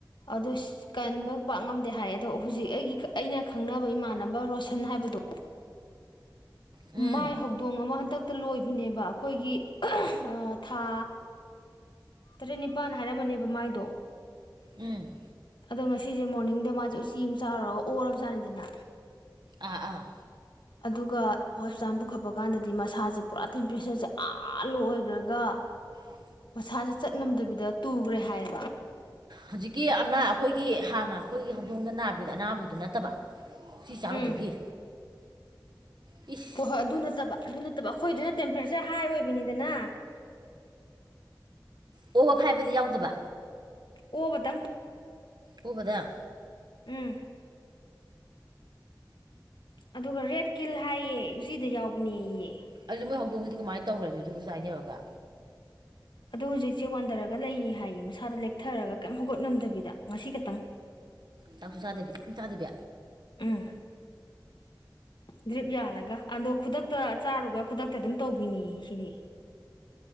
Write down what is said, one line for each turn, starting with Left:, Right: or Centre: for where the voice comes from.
Left: ꯑꯗꯣꯁ ꯀꯟꯕ ꯄꯥꯛ ꯉꯝꯗꯦ ꯍꯥꯏ ꯑꯗꯣ ꯍꯧꯖꯤꯛ ꯑꯩꯒꯤ ꯈ ꯑꯩꯅ ꯈꯪꯅꯕ ꯏꯃꯥꯟꯅꯕ ꯔꯣꯁꯟ ꯍꯥꯏꯕꯗꯣ
Right: ꯎꯝ
Left: ꯃꯥꯏ ꯍꯧꯗꯣꯡ ꯑꯃ ꯍꯟꯇꯛ ꯇ ꯂꯣꯏꯕꯅꯦꯕ ꯑꯩꯈꯣꯏꯒꯤ ꯑ ꯊꯥ ꯇꯔꯦꯠ ꯅꯤꯄꯥꯜ ꯍꯥꯏꯔꯝꯃꯅꯦꯕ ꯃꯥꯏꯗꯣ꯫
Right: ꯎꯝ
Left: ꯑꯗꯣ ꯉꯁꯤꯁꯦ ꯃꯣꯔꯅꯤꯡꯗ ꯃꯥꯁꯦ ꯎꯆꯤ ꯑꯃ ꯆꯥꯎꯔꯒ ꯑꯣꯔꯔꯕꯖꯥꯠꯅꯤꯗꯅ꯫
Right: ꯑꯥ ꯑꯥ
Left: ꯑꯗꯨꯒ ꯍꯣꯁꯄꯤꯇꯥꯜ ꯄꯨꯈꯠꯄ ꯀꯥꯟꯗꯗꯤ ꯃꯁꯥꯁꯦ ꯄꯨꯔꯥ ꯇꯦꯝꯄꯔꯦꯁꯔꯁꯦ ꯑꯥ ꯂꯨ ꯑꯣꯏꯈ꯭ꯔꯒ
Right: ꯑ
Left: ꯃꯁꯥꯁꯦ ꯆꯠ ꯉꯝꯗꯕꯤꯗ ꯇꯨꯈ꯭ꯔꯦ ꯍꯥꯏꯌꯦꯕ꯫
Right: ꯍꯧꯖꯤꯛꯀꯤ ꯑꯃ ꯑꯩꯈꯣꯏꯒꯤ ꯍꯥꯟꯅ ꯑꯩꯈꯣꯏꯒꯤ ꯍꯧꯗꯣꯡꯗ ꯅꯥꯕꯤꯗ ꯑꯅꯥꯕꯗꯨ ꯅꯠꯇꯕ ꯑꯁꯤ ꯆꯥꯔꯨꯕꯒꯤ꯫
Left: ꯎꯝ
Right: ꯏꯁ
Left: ꯍꯣꯏ ꯍꯣꯏ ꯑꯗꯨ ꯅꯠꯇꯕ꯫ ꯑꯗꯨ ꯅꯠꯇꯕ ꯑꯩꯈꯣꯏꯗꯨꯅ ꯇꯦꯝꯄꯔꯦꯆꯔ ꯍꯥꯏ ꯑꯣꯏꯕꯅꯤꯗꯅ꯫
Right: ꯑꯣꯕꯥ ꯐꯥꯏꯕꯗꯤ ꯌꯥꯎꯗꯕ꯫
Left: ꯑꯣꯕ ꯇꯪ꯫
Right: ꯑꯥꯕꯗꯪ꯫
Left: ꯎꯝ ꯑꯗꯨꯒ ꯔꯦꯠ ꯀꯤꯜ ꯍꯥꯏꯌꯦ ꯎꯆꯤꯗ ꯌꯥꯎꯕꯅꯦ ꯌꯦ꯫
Right: ꯑꯗꯨ ꯃꯣꯏ ꯍꯧꯗꯣꯡꯒꯤꯗꯤ ꯀꯃꯥꯏ ꯇꯧꯒ꯭ꯔꯦ ꯑꯗꯨꯗꯤ ꯍꫭꯁꯄꯤꯇꯥꯟ ꯌꯧꯔꯒ꯫
Left: ꯑꯗꯣ ꯍꯧꯖꯤꯛꯁꯦ ꯋꯥꯟꯊꯔꯒ ꯂꯩꯌꯦ ꯍꯥꯏꯌꯦ ꯃꯁꯥꯗꫭ ꯂꯦꯛꯊꯔꯒ ꯀꯩꯝ ꯍꯧꯒꯠꯉꯝꯗꯕꯤꯗ ꯉꯁꯤ ꯈꯇꯪ꯫
Right: ꯆꯥꯛꯁꯨ ꯆꯥꯗꯕꯤ ꯀꯩꯝ ꯆꯥꯗꯕꯤ꯫
Left: ꯎꯝ ꯗ꯭ꯔꯤꯞ ꯌꯥꯜꯂꯒ ꯑꯗꯣ ꯈꯨꯗꯛꯇ ꯆꯥꯔꯨꯒ ꯈꯨꯗꯛꯇ ꯑꯗꯨꯝ ꯇꯧꯕꯤꯅꯤꯌꯦ ꯁꯤꯗꯤ꯫